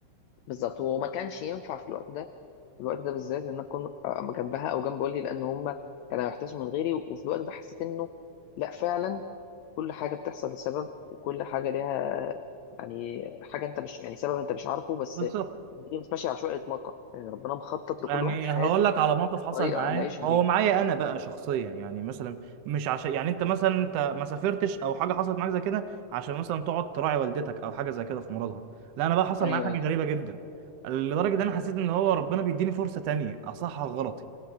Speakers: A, on the left; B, on the right.
A: بالظبط وما كانش ينفع في الوقت ده في الوقت ده بالذات ان انا اكون آه، جنبها او جنب والدي لان هم كانوا يحتاسوا من غيري وفي الوقت ده حسيت انه لا فعلا كل حاجه بتحصل لسبب وكل حاجه ليها يعني حاجه انت مش يعني سبب انت مش عارفه بس
B: بالظبط
A: الدنيا مش ماشيه عشوائي اطلاقا يعني ربنا مخطط لكل
B: يعني
A: واحد حياته
B: هقول لك على موقف حصل
A: بطريقه
B: معايا
A: نعيشها
B: هو
A: بيه
B: معايا انا بقى شخصيا يعني مثلا مش عشان يعني انت مثلا انت ما سافرتش او حاجه حصلت معاك زي كده عشان مثلا تقعد تراعي والدتك او حاجه زي كده في مرضها لا انا بقى حصل
A: ايوه
B: معايا حاجه
A: ايوه
B: غريبه جدا لدرجه ان انا حسيت ان هو ربنا بيديني فرصه تانية اصحح غلطي